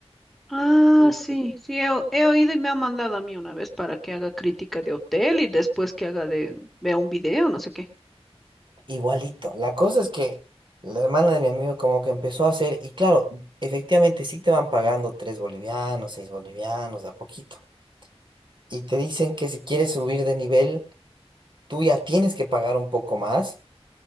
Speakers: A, in the centre; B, on the right.
A: Ah, sí, sí, he, o- he oído y me han mandado a mí una vez para que haga crítica de hotel y después que haga de, vea un video, no sé qué.
B: Igualito. La cosa es que la hermana de mi amigo como que empezó a hacer, y claro, efectivamente sí te van pagando tres bolivianos, seis bolivianos, de a poquito. Y te dicen que si quieres subir de nivel, tú ya tienes que pagar un poco más,